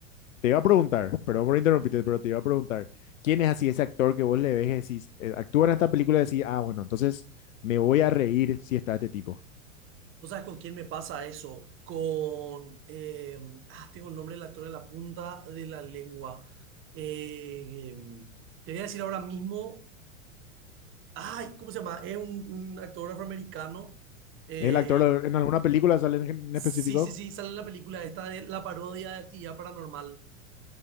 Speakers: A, on the left; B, on the right.
A: Te iba a preguntar, perdón por interrumpirte, pero te iba a preguntar, ¿quién es así ese actor que vos le ves y decís, eh, actúa en esta película y decís, ah, bueno, entonces me voy a reír si está este tipo?
B: ¿Vos sabés con quién me pasa eso? Con... eh, ah, tengo el nombre del actor en la punta de la lengua. Eh, te voy a decir ahora mismo... Ay, ¿cómo se llama? Es un, un actor afroamericano. Eh,
A: ¿Es el actor en alguna película sale en, en
B: sí,
A: específico?
B: sí, sí, sale en la película esta de la parodia de Actividad Paranormal.